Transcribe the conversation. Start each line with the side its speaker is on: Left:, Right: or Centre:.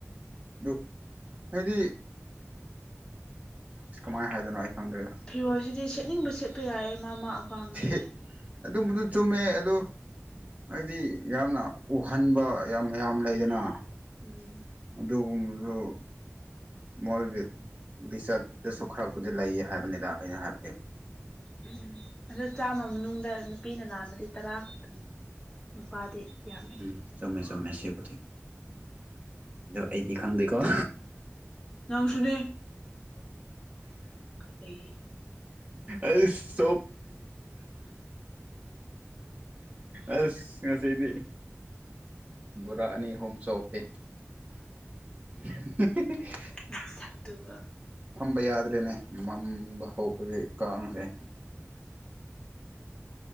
Right: ꯑꯗꯨ ꯍꯥꯏꯗꯤ ꯏꯁ ꯀꯃꯥꯏꯅ ꯍꯥꯏꯗꯅꯣ ꯑꯩ ꯈꯪꯗꯔ꯭ꯦꯗꯥ꯫
Left: ꯐꯤꯔꯣꯜꯁꯤꯗꯤ ꯁꯦꯠꯅꯤꯡꯕ ꯁꯦꯠꯄ ꯌꯥꯏꯌꯦ ꯃꯥ ꯃꯥ ꯑꯄꯥꯝꯕꯅꯦ
Right: ꯁꯤꯠ ꯑꯗꯨꯝꯕꯗꯨ ꯆꯨꯝꯃꯦ ꯑꯗꯣ ꯑꯩꯗꯤ ꯌꯥꯝꯅ ꯎꯍꯟꯕ ꯌꯥꯝ ꯃꯌꯥꯝ ꯂꯩꯗꯅ
Left: ꯎꯝ
Right: ꯑꯗꯨꯒꯨꯝꯕꯗꫭ ꯃꯣꯏꯒꯤ ꯂꯤꯆꯠꯇꯁꯨ ꯈꯔꯛꯄꯨꯗꯤ ꯂꯩꯌꯦ ꯍꯥꯏꯕꯅꯤꯗ ꯑꯩꯅ ꯍꯥꯏꯕꯗꯤ
Left: ꯎꯝ ꯑꯗꯨꯗ ꯆꯥꯝꯃ ꯃꯅꯨꯡꯗ ꯅꯨꯄꯤꯅ ꯂꯥꯟꯃꯗꯤ ꯇꯔꯥ ꯈꯛꯇꯅꯤ ꯅꯨꯄꯥꯗꯤ ꯌꯥꯝꯃꯦ
Right: ꯎꯝ ꯆꯝꯃꯦ ꯆꯝꯃꯦ ꯁꯤꯕꯨꯗꯤ ꯑꯗꯣ ꯑꯩꯗꯤ ꯈꯪꯗꯦꯀꯣ
Left: ꯅꯪꯁꯨꯨꯅꯦ ꯀꯔꯤ
Right: ꯑꯁ ꯁꯣ ꯑꯁ ꯉꯁꯤꯗꯤ ꯕꯣꯔꯥ ꯑꯅꯤ ꯑꯍꯨꯝ ꯆꯣꯞꯄꯦ <unintelligible>
Left: ꯅꯁꯛꯇꯨꯒꯥ
Right: ꯐꯝꯕ ꯌꯥꯗ꯭ꯔꯦꯅꯦ ꯃꯝꯕ ꯍꯧꯕꯒꯤ ꯀꯥꯡꯖꯦ